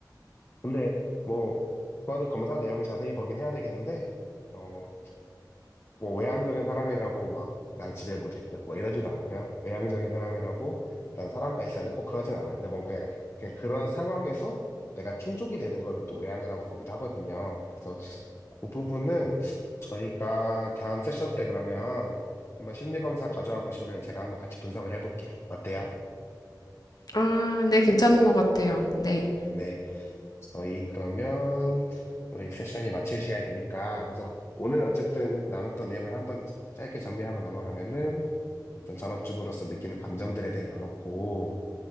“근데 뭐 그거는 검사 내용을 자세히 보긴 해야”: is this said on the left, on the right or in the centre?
Left